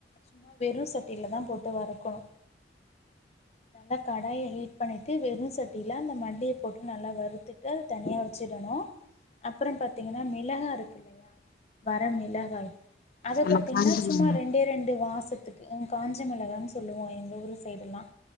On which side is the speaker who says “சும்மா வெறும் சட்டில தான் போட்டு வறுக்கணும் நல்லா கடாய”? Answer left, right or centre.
Left